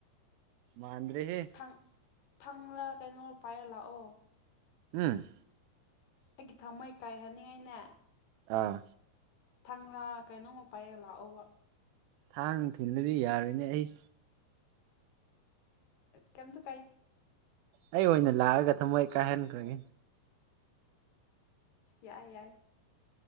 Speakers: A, on the right; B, on the left.
A: ꯃꯥꯟꯗ꯭ꯔꯦꯍꯦ
B: ꯊꯥꯡ ꯊꯥꯡꯂ ꯀꯩꯅꯣ ꯄꯥꯏꯔ ꯂꯥꯛꯑꯣ
A: ꯎꯝ
B: ꯑꯩꯒꯤ ꯊꯃꯣꯏ ꯀꯥꯏꯍꯅꯤꯡꯉꯥꯏꯅꯦ
A: ꯑꯥ
B: ꯊꯥꯡꯂ ꯀꯩꯅꯣꯝꯃ ꯄꯥꯏꯔꯒ ꯂꯥꯛꯑꯣꯕ
A: ꯊꯥꯡ ꯊꯤꯟꯂꯗꯤ ꯌꯥꯔꯣꯏꯅꯦ ꯑꯩ
B: ꯀꯦꯝꯇ
A: ꯑꯩ ꯑꯣꯏꯅ ꯂꯥꯛꯑꯒ ꯊꯃꯣꯏ ꯀꯥꯏꯍꯟꯈ꯭ꯔꯒꯦ
B: ꯌꯥꯏ ꯌꯥꯏ